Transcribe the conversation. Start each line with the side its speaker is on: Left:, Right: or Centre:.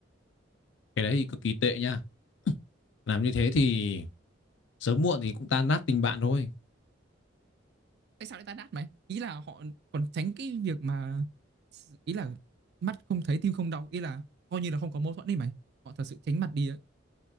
Left: cái đấy thì cực kỳ tệ nha làm như thế thì sớm muộn thì cũng tan nát tình bạn thôi
Right: tại sao lại tan nát mày ý là họ còn tránh cái việc mà ý là mắt không thấy tim không đau ý là coi như là không có mâu thuẫn đi mày họ thật sự tránh mặt đi ấy